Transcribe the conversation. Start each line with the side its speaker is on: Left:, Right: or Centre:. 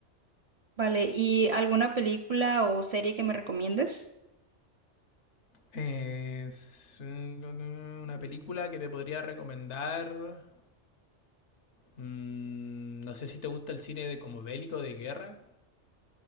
Right: Vale, ¿y alguna película o serie que me recomiendes?
Left: Eh, es un- una película que te podría recomendar. Mm, no sé si te gusta el cine de como bélico de guerra.